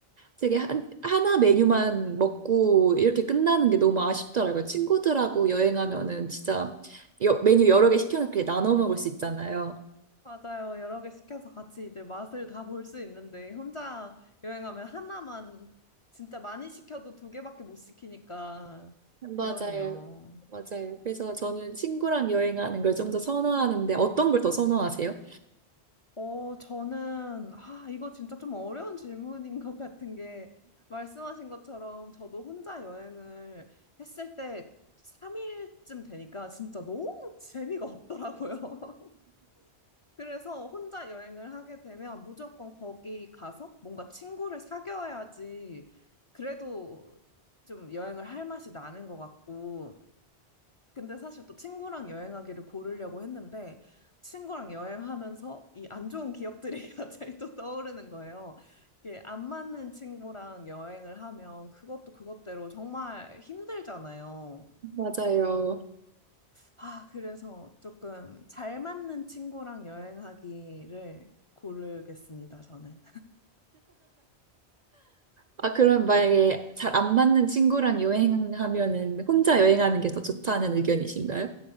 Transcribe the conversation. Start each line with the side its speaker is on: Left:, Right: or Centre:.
Right: 되게 한, 하나 메뉴만 먹고 이렇게 끝나는 게 너무 아쉽더라고요. 친구들하고 여행하면은 진짜 여- 메뉴 여러 개 시켜놓고 나눠 먹을 수 있잖아요.
Left: 맞아요. 여러 개 시켜서 같이 이제 맛을 다 볼 수 있는데 혼자 여행하면 하나만 진짜 많이 시켜도 두 개밖에 못 시키니까
Right: 맞아요.
Left: 그러네요.
Right: 맞아요. 그래서 저는 친구랑 여행하는 걸 좀 더 선호하는데 어떤 걸 더 선호하세요?
Left: 어, 저는, 아, 이거 진짜 좀 어려운 질문인 것 같은 게, 말씀하신 것처럼 저도 혼자 여행을 했을 때 3일쯤 되니까 진짜 너무 재미가 없더라고요. <laughs> 그래서 혼자 여행을 하게 되면 무조건 거기 가서 뭔가 친구를 사귀어야지 그래도 좀 여행을 할 맛이 나는 것 같고, 근데 사실 또 친구랑 여행하기를 고르려고 했는데 친구랑 여행하면서 이 안 좋은 기억들이 <laughs> 갑자기 또 떠오르는 거예요. 이게 안 맞는 친구랑 여행을 하면 그것도 그것대로 정말 힘들잖아요.
Right: 맞아요.
Left: 아, 그래서 조금 잘 맞는 친구랑 여행하기를 고르겠습니다, 저는.
Right: 아, 그럼 만약에 잘 안 맞는 친구랑 여행하면은 혼자 여행하는 게 더 좋다는 의견이신가요?